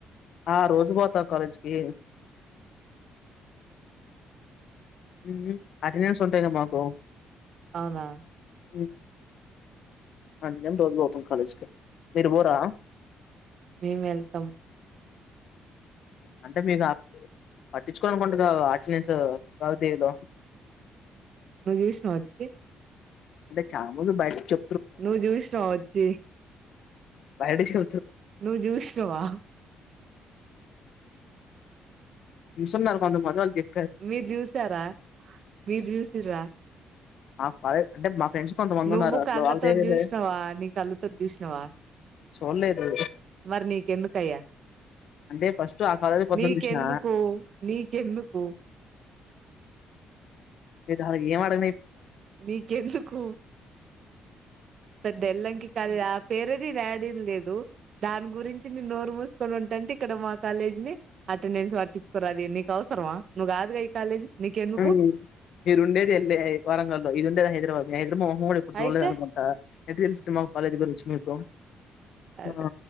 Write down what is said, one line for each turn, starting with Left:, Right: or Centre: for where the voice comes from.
Left: ఆ రోజు పోతా కాలేజ్ కి ఊ హుమ్ అటెండెన్స్ ఉంటయిగ మాకు
Right: అవున
Left: మ్యామ్ అందుకని రోజు పోతామ్ కాలేజ్ కి మీరు పోరా
Right: మేము వెళ్తాం
Left: అంటే మీకు పట్టించుకోని అనుకోకుంటురు క ఆర్టిెనెన్స్ కాగు తెలో
Right: నువ్వు చూసినావ వచ్చి
Left: అంటే చాల మంది బయట చె
Right: నువ్వు చూసినవ వచ్చి
Left: పైడిసు
Right: నువ్ చూసినవా
Left: చూస్తున్నారు కొంత మజాక్ చెయి
Right: మీరు జూసినరా మీరు చూ సిండ్రా
Left: మా ఫాలో అంటె మా ఫ్రెండ్స్ కొంతమంది
Right: నువ్వు
Left: ఉన్నారు అట్లా
Right: కళ్ళతోటి
Left: వాగుతీవిలో
Right: చూసినావ నీ కళ్ళతోటి చూసినావ
Left: చూడలేదు
Right: మరి నీకెందుకయ్యా
Left: అంటే ఫస్ట్ ఆ కాలేజ్ కొంతమంది
Right: నీకెందుకు
Left: చూసిన
Right: నీకెందుకు
Left: ఇధ ఏంఅడ
Right: నీకెందుకు పెద్దోల్లంకి క లేదు ఆ పేరేది రాడీం లేదు దాని గురించి తిన్ని నోరు మూసుకోని ఉంటంటె ఇక్కడ మా కాలేజ్ని అటెండెన్స్ వర్టి మర దీన్నికి అవసరమా నువ్వు కాదుగా ఈ కాలేజీ నీకెందుకు
Left: ఆ మీరు ఉండేది ఎల్ఐ వరంగల్ లో ఇది ఉండేది హైదరాబాద్ <unintelligible> మా మొహం కూడా ఇప్పుడు చూడలేదు
Right: అయితే
Left: అనుకుంటా, ఎట్టా తెలుసుద్ది మా కాలేజ్ గురించి మీకు,
Right: అదే
Left: ఆ